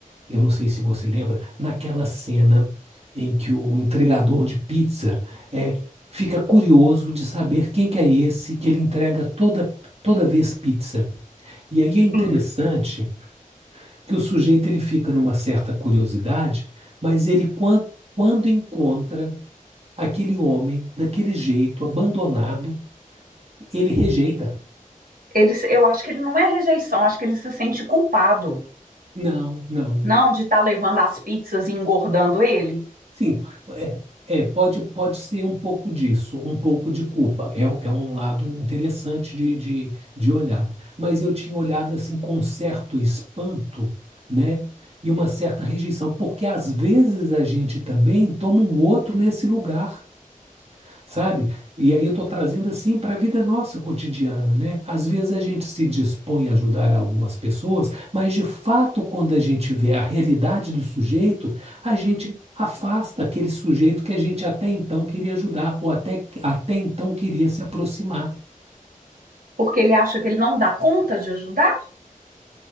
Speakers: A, on the right; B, on the right.
A: eu não sei se você lembra, naquela cena em que o entregador de pizza é, fica curioso de saber quem que é esse que ele entrega toda, toda vez pizza. E aí é interessante
B: Sim,
A: que o sujeito ele fica numa certa curiosidade, mas ele quan- quando encontra aquele homem daquele jeito abandonado, ele rejeita.
B: ele, se- eu acho que ele não é rejeição, acho que ele se sente culpado,
A: Não, não.
B: não, de estar levando as pizzas e engordando ele.
A: Sim, é, é, pode pode ser um pouco disso, um pouco de culpa. É, um- é um lado interessante de, de, de olhar. Mas eu tinha olhado assim com um certo espanto, né? E uma certa rejeição, porque às vezes a gente também toma um outro nesse lugar sabe? E aí eu estou trazendo assim para a vida nossa cotidiana, né? Às vezes a gente se dispõe a ajudar algumas pessoas, mas de fato, quando a gente vê a realidade do sujeito, a gente
B: Uhum.
A: afasta aquele sujeito que a gente até então queria ajudar, ou até, até então queria se aproximar.
B: porque ele acha que ele não dá conta de ajudar?